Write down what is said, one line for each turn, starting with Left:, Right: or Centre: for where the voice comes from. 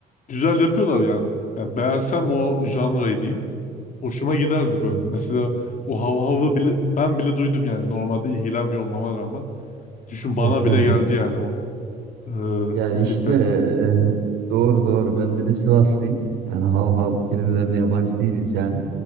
Left: Güzel yapıyorlar yani. Yani beğensem o janrayı diyeyim. Hoşuma giderdi
Right: Hmm.
Left: böyle. Mesela o hava hava bile ben bile duydum yani normalde ilgilenmiyor olmama rağmen. Düşün bana
Right: Evet ben
Left: bile geldi
Right: de.
Left: yani o. Ee,
Right: Yani
Left: ne
Right: işte
Left: diyeyim ben?
Right: e, doğru doğru. Ben bir de Sivaslıyım. Yani hav hav kelimelerine yabancı değiliz yani.